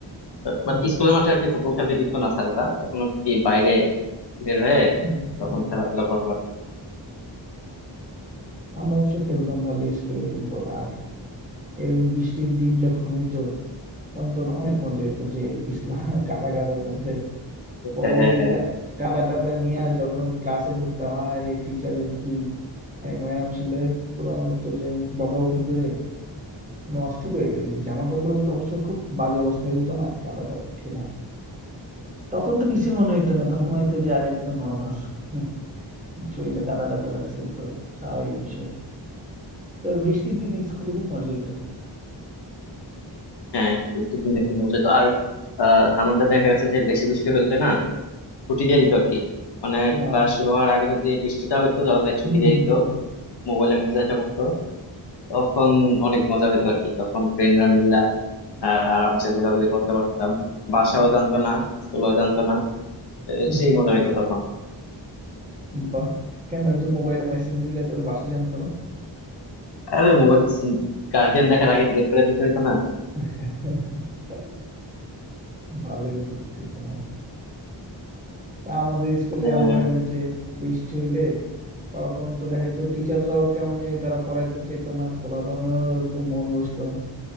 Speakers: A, on the right; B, on the left.
A: হুম
B: বাট স্কুলের মাঠে আর কি ফুটবল খেলতে দিত না স্যাররা তখন আর কি বাইরে বের হয়ে
A: হুম
B: তখন
A: হুম
B: খেলাধুলা করা লাগতো
A: আমরা অবশ্য খেলতাম ভালো স্কুলে ফুটবল আর এরকম বৃষ্টির দিন যখন হইতো তখন তো অনেক মজা হইতো যে পিছলা <laughs> কাদা কাদার মধ্যে পরে
B: হ্যাঁ
A: এই
B: হ্যাঁ
A: কা- কাদা টাদা নিয়ে যখন ক্লাসে ঢুকতাম আর টিচারের কি এক ম্যাডাম ছিল পুরো তো যে বকাবকি করে একদম অস্থির হয়ে যেত যে জামা কাপড়ে তো অবশ্য খুব বাজে অবস্থা হয়ে যেত না কাদা টাদা খেলা তখন তো কিছু মনে হইতো না তখন মনে হইতো যে আর এটা তো নর্মাল <laughs> শরীরে কাদা টাদা লাগছে তো স্বাভাবিক বিষয় তো বৃষ্টির দিনে স্কুলে খুব মজা হইতো
B: হ্যাঁ বৃষ্টির দিনে একটু মজা হতো। আর আহ, আমাদের দেখা গেছে যে বেশি বৃষ্টি হলে না ছুটি দিয়ে দিত আর কি মানে
A: হ্যাঁ
B: ক্লাস শুরু হওয়ার আগে যদি বৃষ্টিটা হইতো তাহলে ছুটি
A: হুম
B: দিয়ে দিত মোবাইলে মেসেজ আসা করতো তখন অনেক মজা হইতো আর কি তখন ফ্রেন্ডরা মিল্লা আহ, আরামসে ঘোরাঘুরি করতে পারতাম বাসাও
A: হুম,
B: জানতো না স্কুলও জানতো না এ,
A: হুম,
B: সেই
A: হুম।
B: মজা হইতো তখন
A: বাহ কেন ওই যে মোবাইলে মেসেজ দিলে তো ওটা বাসা জানতো না
B: আরে মোবাইল গার্ডিয়ান দেখার আগে ডিলিট করে দিতে হইতো না
A: <laughs> ভালোই বুদ্ধি তোমাদের তা আমাদের স্কুলে
B: আহ,
A: আমরা হইলো যে বৃষ্টি হইলে তখন তো দেখা যেত টিচাররাও কেমন জানি তারা পড়াইতে চেত না পোলাপানেরও ওরকম মন বসতো না